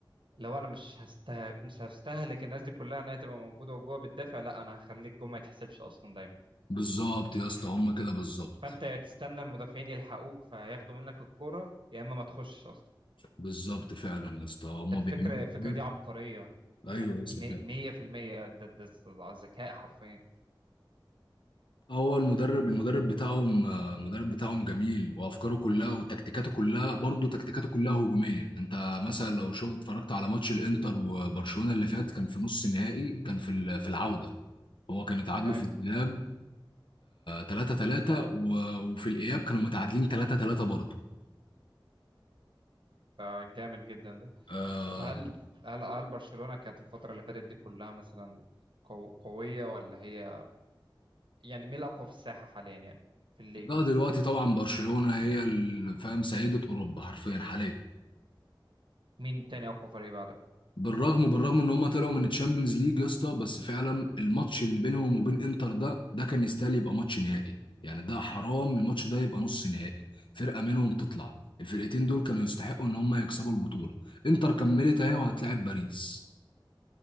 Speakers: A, on the right; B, on the left.
A: لو انا مش هسته... مش هستهلك الناس دي كلها انها تبقى موجوده وجوه بتدافع لا انا هخليك جوه ما يتحسبش اصلا دايما
B: بالظبط يا اسطى هم كده بالظبط
A: فانت يا تستنى المدافعين يلحقوك فياخدوا منك الكوره يا اما ما تخشش اصلا
B: بالظبط فعلا يا اسطى هم
A: ده الفكرة
B: بيعملوا
A: الفكرة
B: كده.
A: دي عبقرية ح-
B: ايوه يا
A: مي-
B: اسطى فعلا
A: مية في المية ده ده ده ذكاء حرفيا
B: هو المدرب المدرب بتاعهم آه، المدرب بتاعهم جميل وافكاره كلها وتكتيكاته كلها برضه تكتيكاته كلها هجوميه انت مثلا لو شفت اتفرجت على ماتش الانتر وبرشلونه اللي فات كان في نص النهائي كان في ال- في العوده هو كان اتعادلوا
A: أيوة
B: في الذهاب 3 3 وفي الاياب كانوا متعادلين 3 3 برضه
A: ده جامد جدا ده
B: آه،
A: طب هل هل هل برشلونة كانت الفترة اللي فاتت دي كلها مثلا قو- قوية ولا هي يعني مين الأقوى في الساحة حاليا يعني في الليج
B: لا دلوقتي طبعا برشلونة هي ال- فاهم سيدة اوروبا حرفيا حاليا
A: مين تاني أقوى فريق بعدها
B: بالرغم بالرغم ان هم طلعوا من الشامبيونز ليج يا اسطى بس فعلا الماتش اللي بينهم وبين انتر ده ده كان يستاهل يبقى ماتش نهائي يعني ده حرام الماتش ده يبقى نص نهائي فرقة منهم تطلع الفرقتين دول كانوا يستحقوا ان هم يكسبوا البطولة انتر كملت اهي وهتلاعب باريس